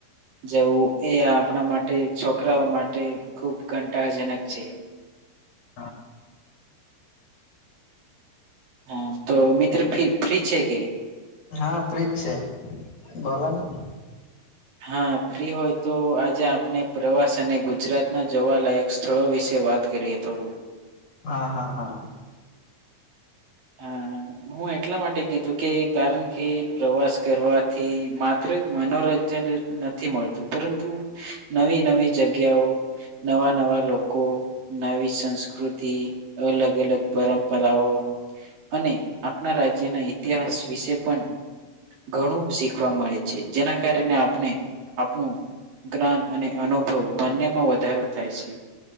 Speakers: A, on the right; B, on the left.
A: જવું એ આપણા માટે છોકરાઓ માટે ખુબ કંટાળજનક છે <inaudible>
B: હા
A: હા તો મિત્રી ફી ફ્રી છે કે?
B: હા ફ્રિજ છે બોલોને
A: હા ફ્રી હોય તો આજે આપણે પ્રવાસ અને ગુજરાત ના જોવાલાયક સ્થળો વિશે વાત કરીએ થોડું
B: હા હા હા
A: હમ્મ હું એટલા માટે કીધું કે કારણ કે પ્રવાસ કરવાથી માત્ર મનોરં જન જ નથી મળતું પરંતુ નવી નવી જગ્યાઓ નવા નવા લોકો કો નવી સંસ્કૃતિ અલગ અલગ પરંપરાઓ અને આપણા રાજ્યના ઈતિહાસ વિશે પણ ઘણું શીખવા મળે છે જેના કારણે આપને આપણું ગ્રાન અને અનુભવ બંનેમાં વધારો થાય છે.